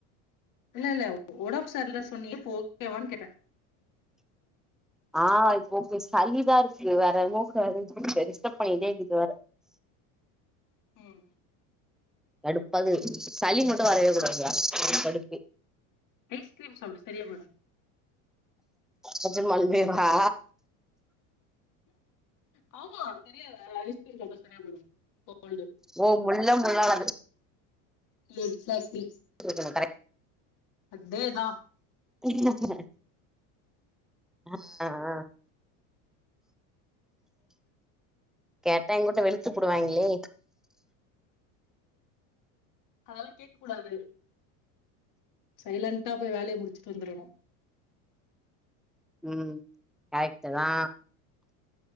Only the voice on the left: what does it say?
இல்ல இல்ல உடம்பு சர்லன்னு சொன்னேயே இப்ப ஓகேவான்னு கேட்ட
ம் ம்
பிஸ்கிரீம் சாப்பிடு சரியாபோய்டு
அ ஆமா தெரியாது ஐஸ்க்ரீம் சாப்டா சரியா போய்டு ஒ கோல்டு
எக்ஸாக்ட்லி
அதே இதுதா
அதலா கேக்க கூடாது சைலண்டா போய் வேலய முடிச்சிட்டு வந்துரணு